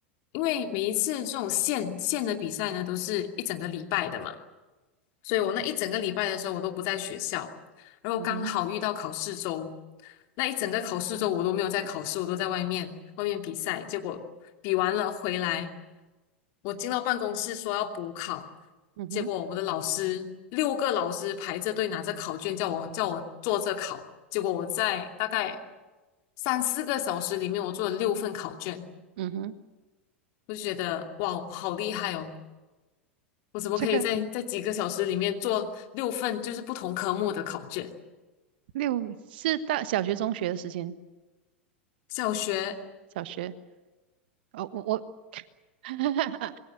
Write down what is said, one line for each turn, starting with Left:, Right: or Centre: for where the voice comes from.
Left: 因为每一次这种县县的比赛呢，都是一整个礼拜的嘛，所以我那一整个礼拜的时候，我都不在学校，然后刚好遇到考试周，
Right: 嗯哼，
Left: 那一整个考试周我都没有在考试，我都在外面外面比赛。结果比完了回来，我进到办公室说要补考，
Right: 嗯哼，
Left: 结果我的老师六个老师排着队拿着考卷叫我叫我做着考，结果我在大概三四个小时里面，我做了六份考卷。
Right: 嗯哼，
Left: 我就觉得哇，我好厉害哦！我怎么可以在在几个小时里面做六份就是不同科目的考卷？
Right: 这个六是大小学中学的时间，
Left: 小学，
Right: 小学哦，我我。<laughs>